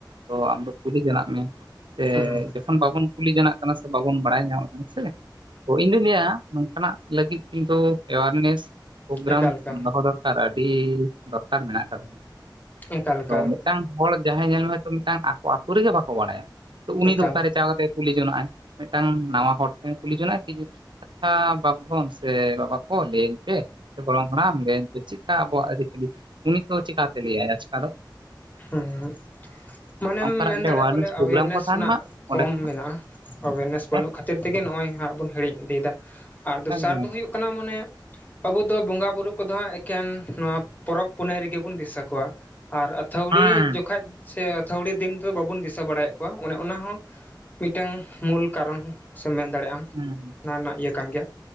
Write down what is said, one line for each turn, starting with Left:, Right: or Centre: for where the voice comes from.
Right: ᱛᱚ, ᱟᱢ ᱫᱚ ᱠᱩᱞᱤ ᱡᱚᱱᱟᱜ ᱢᱮ, ᱥᱮ
Left: ᱦᱩᱸ ᱦᱩᱸ
Right: ᱡᱚᱠᱷᱚᱱ ᱵᱟᱵᱚᱱ ᱠᱩᱞᱤ ᱡᱚᱱᱟᱜ ᱠᱟᱱᱟ ᱥᱮ ᱵᱟᱵᱚᱱ ᱵᱟᱲᱟᱭ ᱧᱟᱢᱮᱜ ᱠᱟᱱᱟ ᱥᱮ ᱛᱚ ᱤᱧ ᱫᱚᱧ ᱞᱟᱹᱭᱟ ᱱᱚᱝᱠᱟ ᱱᱟᱜ ᱞᱟᱹᱜᱤᱫ ᱠᱤᱱᱛᱩ ᱮᱣᱟᱨᱱᱮᱥ ᱯᱳᱜᱽᱨᱟᱢ
Left: ᱮᱠᱟᱞ ᱮᱠᱟᱞ
Right: ᱫᱚᱦᱚ ᱫᱚᱨᱠᱟᱨ ᱟᱹᱰᱤ ᱫᱚᱨᱠᱟᱨ ᱢᱮᱱᱟᱜ ᱟᱠᱟᱫᱟ᱾
Left: ᱮᱠᱟᱞ ᱮᱠᱟᱞ
Right: ᱛᱚ ᱢᱤᱫᱴᱟᱝ ᱦᱚᱲ ᱡᱟᱦᱟᱸᱭ ᱧᱮᱞᱢᱮ ᱛᱚ ᱢᱤᱫᱴᱟᱝ ᱟᱠᱚ ᱟᱛᱳ ᱨᱮᱜᱮ ᱵᱟᱠᱚ ᱵᱟᱲᱟᱭᱟ᱾ ᱛᱚ ᱩᱱᱤ
Left: ᱮᱠᱟᱞ
Right: ᱫᱚ ᱚᱠᱟ ᱨᱮ ᱪᱟ ᱠᱟᱛᱮᱜ ᱮ ᱠᱩᱞᱤ ᱡᱚᱱᱟᱜᱼᱟᱭ ᱾ᱢᱤᱫᱴᱟᱝ ᱱᱟᱣᱟ ᱦᱚᱲ ᱴᱷᱮᱱᱮ ᱠᱩᱞᱤ ᱡᱚᱱᱟᱜ ᱟᱭ ᱠᱤ? ᱟᱪᱪᱷᱟ ᱵᱟᱯᱫᱷᱚᱱ ᱥᱮ ᱵᱟᱵᱟ ᱠᱚ ᱞᱟᱹᱭᱟᱹᱧ ᱯᱮ ᱜᱚᱲᱚᱢ ᱦᱟᱲᱟᱢ ᱞᱟ. ᱭ ᱤᱧ ᱯᱮ ᱪᱮᱫᱠᱟ ᱟᱵᱚᱣᱟᱜ ᱟᱹᱨᱤᱪᱟᱹᱞᱤ ᱩᱱᱤ ᱫᱚ ᱪᱤᱠᱟ ᱛᱮ ᱞᱟᱹᱭ ᱟᱭ ᱟᱪᱠᱟ ᱫᱚ ᱾
Left: ᱦᱩᱸ, ᱦᱩᱸ ᱢᱟᱱᱮᱢ
Right: ᱚᱱᱠᱟᱱᱟᱜ
Left: ᱢᱮᱱ
Right: ᱢᱤᱫᱴᱮᱱ
Left: ᱫᱟᱲᱮᱭᱟᱜᱼᱟ
Right: ᱮᱣᱟᱨᱱᱮᱥ
Left: ᱵᱚᱞᱮ,
Right: ᱯᱨᱳᱜᱨᱟᱢ
Left: ᱮᱣᱮᱨᱱᱮᱥ
Right: ᱠᱚ ᱛᱟᱦᱮᱱ
Left: ᱨᱮᱱᱟᱜ
Right: ᱢᱟ ᱚᱸᱰᱮ
Left: ᱠᱚᱢ
Right: ᱠᱷᱚᱱᱟᱜ
Left: ᱢᱮᱱᱟᱜᱼᱟ ᱾ ᱮᱣᱮᱨᱱᱮᱥ
Right: ᱦᱮᱸ
Left: ᱵᱟᱹᱱᱩᱜ ᱠᱷᱟᱹᱛᱤᱨ ᱛᱮᱜᱮ, ᱱᱚᱜᱼᱚᱭ ᱦᱟᱸᱜ ᱵᱚᱱ ᱦᱤᱲᱤᱧ ᱤᱫᱤᱭᱮᱫᱟ ᱟᱨ ᱫᱚᱥᱟᱨ
Right: ᱮᱠᱫᱚᱢ
Left: ᱫᱚ ᱦᱩᱭᱩᱜ ᱠᱟᱱᱟ ᱢᱟᱱᱮ ᱟᱵᱚ ᱫᱚ ᱵᱚᱸᱜᱟ ᱵᱩᱨᱩ ᱠᱚᱫᱚ ᱦᱟᱸᱜ ᱮᱠᱮᱱ ᱱᱚᱣᱟ ᱯᱚᱨᱚᱵᱽ ᱯᱩᱱᱟᱹᱭ ᱨᱮᱜᱮ ᱵᱚᱱ ᱫᱤᱥᱟᱹ ᱠᱚᱣᱟ ᱟᱨ ᱛᱷᱟᱹᱣᱲᱤ
Right: ᱦᱮᱸ
Left: ᱡᱚᱠᱷᱟᱡ ᱥᱮ ᱟᱹᱛᱷᱟᱹᱣᱲᱤ ᱫᱤᱱ ᱫᱚ ᱵᱟᱵᱚᱱ ᱫᱤᱥᱟᱹ ᱵᱟᱲᱟᱭ ᱮᱫ ᱠᱚᱣᱟ ᱚᱱᱮ ᱚᱱᱟ ᱦᱚᱸ ᱢᱤᱫᱴᱟᱝ ᱢᱩᱞ ᱠᱟᱨᱚᱱ᱾ ᱥᱮᱢ ᱢᱮᱱ ᱫᱟᱲᱮᱭᱟᱜᱼᱟᱢ
Right: ᱦᱮᱸ
Left: ᱱᱚᱣᱟ ᱨᱮᱱᱟᱜ ᱤᱭᱟᱹ ᱠᱟᱱ ᱜᱮᱭᱟ